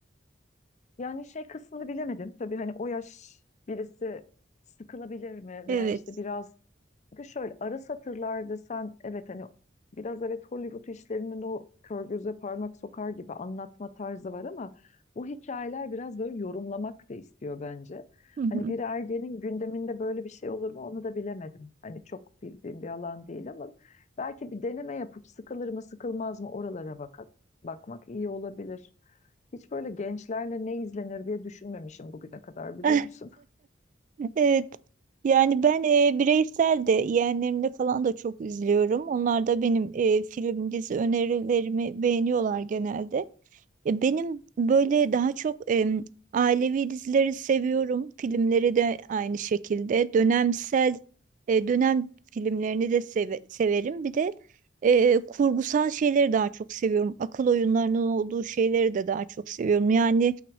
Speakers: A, on the left; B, on the right.
A: Yani şey kısmını bilemedim. Tabii hani o yaş birisi sıkılabilir mi
B: Evet.
A: veya işte biraz Çünkü şöyle ara satırlar desen evet hani biraz evet Hollywood işlerinin o kör göze parmak sokar gibi anlatma tarzı var ama bu hikayeler biraz böyle yorumlamak da istiyor bence.
B: Hı hı.
A: Hani bir ergenin gündeminde böyle bir şey olur mu onu da bilemedim. Hani çok bildiğim bir alan değil ama belki bir deneme yapıp sıkılır mı sıkılmaz mı oralara bak bakmak iyi olabilir. Hiç böyle gençlerle ne izlenir diye düşünmemişim bugüne kadar biliyor
B: <laughs>
A: musun?
B: Evet. Yani ben e, bireysel de yeğenlerimle falan da çok üzülüyorum. Onlar da benim e, film, dizi önerilerimi beğeniyorlar genelde. Ya Benim böyle daha çok em, ailevi dizileri seviyorum. Filmleri de aynı şekilde. Dönemsel e, dönem filmlerini de seve- severim. Bir de e, kurgusal şeyleri daha çok seviyorum. Akıl oyunlarının olduğu şeyleri de daha çok seviyorum. Yani